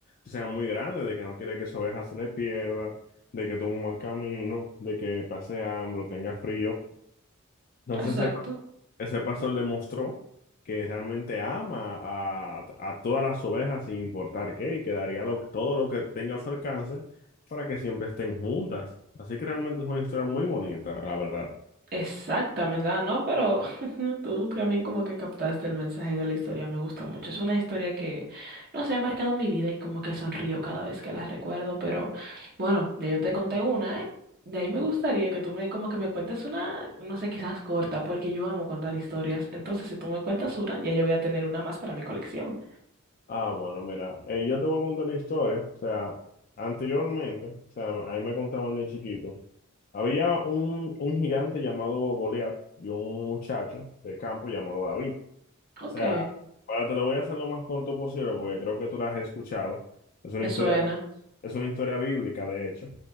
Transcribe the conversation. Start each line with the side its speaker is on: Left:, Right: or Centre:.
Left: o sea, muy grande, de que no quiere que su oveja se le pierda, de que tome un mal camino, de que pase hambre o tenga frío. Entonces,
Right: Exacto.
Left: ese, pa- ese pastor demostró que realmente ama a, a todas las ovejas sin importar qué, y que daría lo- todo lo que tenga a su alcance para que siempre estén juntas. Así que realmente es una historia muy bonita, la verdad.
Right: Exactamente, ¿verdad? ¿no? Pero <laughs> tú también como que captaste el mensaje de la historia, me gusta mucho. Es una historia que, no sé, ha marcado mi vida y como que sonrío cada vez que la recuerdo, pero bueno, ya yo te conté una, ¿eh? De ahí me gustaría que tú me como que me cuentes una, no sé, quizás corta, porque yo amo contar historias. Entonces, si tú me cuentas una, ya yo voy a tener una más para mi colección.
Left: Ah, bueno, mira, eh, yo te voy a contar la historia. O sea, anteriormente, o sea, a mí me contaban de chiquito, había un, un gigante llamado Goliat y un muchacho de campo llamado David. O
Right: Ok,
Left: sea, para te lo voy a hacer lo más corto posible porque creo que tú la has escuchado. Es una
Right: me
Left: historia,
Right: suena.
Left: es una historia bíblica, de hecho.